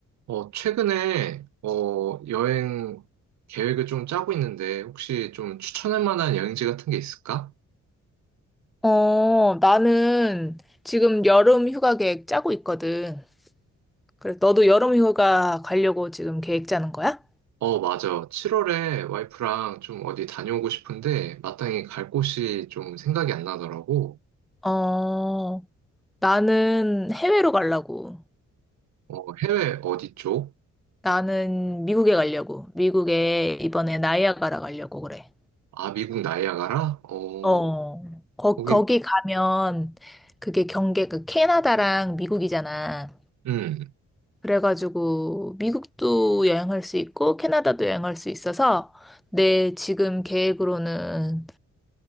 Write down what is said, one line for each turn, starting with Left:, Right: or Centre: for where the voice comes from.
Right: 어, 최근에, 어, 여행 계획을 좀 짜고 있는데, 혹시 좀 추천할 만한 여행지 같은 게 있을까?
Centre: 어, 나는 지금 여름 휴가 계획 짜고 있거든. 그래, 너도 여름 휴가 가려고 지금 계획 짜는 거야?
Right: 어, 맞아. 7월에 와이프랑 좀 어디 다녀오고 싶은데, 마땅히 갈 곳이 좀 생각이 안 나더라고.
Centre: 어, 나는 해외로 가려고.
Right: 어, 해외 어디 쪽?
Centre: 나는 미국에 가려고. 미국에 이번에 나이아가라 가려고 그래.
Right: 아, 미국 나이아가라? 어,
Centre: 어, 거,
Right: 거기,
Centre: 거기 가면 그게 경계가 캐나다랑 미국이잖아.
Right: 음,
Centre: 그래가지고 미국도 여행할 수 있고 캐나다도 여행할 수 있어서 내 지금 계획으로는